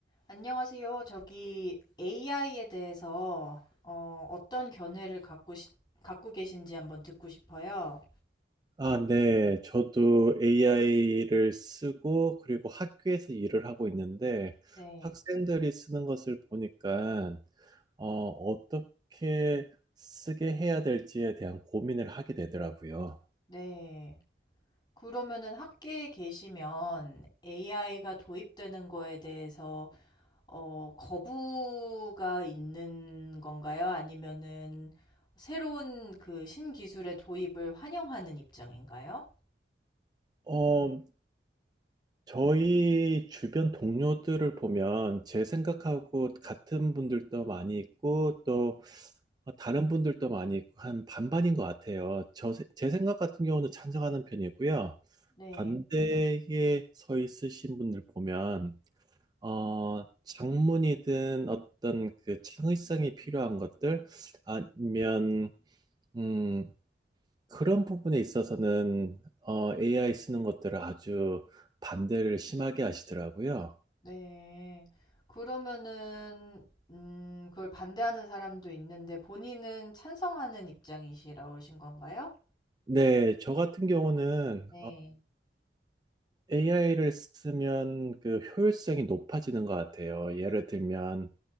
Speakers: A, on the left (about 25°); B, on the right (about 25°).
A: 안녕하세요. 저기 AI에 대해서 어, 어떤 견해를 갖고, 시- 갖고 계신지 한번 듣고 싶어요.
B: 아, 네. 저도 AI를 쓰고, 그리고 학교에서 일을 하고 있는데,
A: 네,
B: 학생들이 쓰는 것을 보니까, 어, 어떻게 쓰게 해야 될지에 대한 고민을 하게 되더라고요.
A: 네. 그러면은 학계에 계시면 AI가 도입되는 거에 대해서 어, 거부가 있는 건가요? 아니면은 새로운 그 신기술의 도입을 환영하는 입장인가요?
B: 어, 저희 주변 동료들을 보면 제 생각하고 같은 분들도 많이 있고 또 다른 분들도 많이 있고 한 반반인 것 같아요. 저, 제 생각 같은 경우는 찬성하는 편이고요.
A: 네.
B: 반대에 서 있으신 분들 보면 어, 장문이든 어떤 그 창의성이 필요한 것들 아니면 음, 그런 부분에 있어서는 어, AI 쓰는 것들을 아주 반대를 심하게 하시더라고요.
A: 네. 그러면은 음 그걸 반대하는 사람도 있는데 본인은 찬성하는 입장이시라 오신 건가요?
B: 네, 저 같은 경우는
A: 네.
B: AI를 쓰면 그 효율성이 높아지는 것 같아요. 예를 들면